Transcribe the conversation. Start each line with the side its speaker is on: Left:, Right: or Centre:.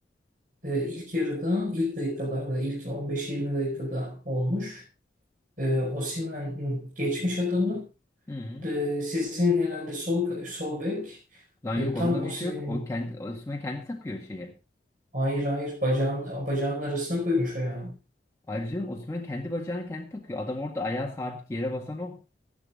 Right: e, ilk yarıda, ilk dakikalarda, ilk 15-20 dakikada olmuş. E, Osimhen geçmiş adamı.
Left: Hı.
Right: E, sizin herhalde sol sol bek
Left: Lan
Right: e,
Left: yok
Right: tam
Left: onda
Right: Osimhen'in
Left: bir şey yok. O kendi Osimhen kendi takıyor şeye.
Right: hayır hayır bacağın, bacağının arasına koymuş ayağını.
Left: Ayrıca Osimhen kendi bacağını kendi takıyor. Adam orada ayağı sabit yere basan o.